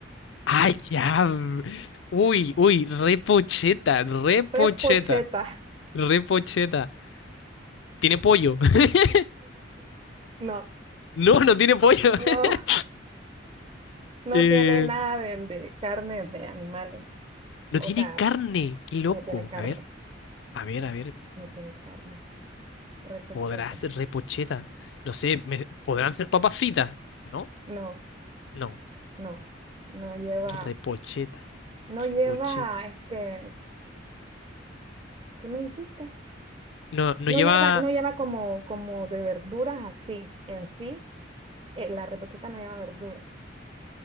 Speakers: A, on the left (about 70°); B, on the right (about 30°).
A: Ay, ya. Uy, uy, repocheta, repocheta,
B: Repocheta. <laughs>
A: repocheta. ¿Tiene pollo? <laughs>
B: No,
A: No, no tiene pollo.
B: no,
A: <laughs>
B: no
A: Eh,
B: tiene nada de, de carne de animales. O
A: no tiene
B: sea,
A: carne, qué loco.
B: no tiene carne,
A: A ver, a ver, a ver.
B: no tiene carne. Repocheta.
A: ¿Podrá ser repocheta? No sé, me- ¿podrán ser papas fritas? ¿No?
B: No,
A: No,
B: no, no lleva,
A: repocheta,
B: no lleva,
A: repocheta.
B: este, ¿qué me dijiste?
A: No, no
B: No
A: lleva...
B: lleva, no lleva como, como de verduras así, en sí, eh, la repocheta no lleva verdura.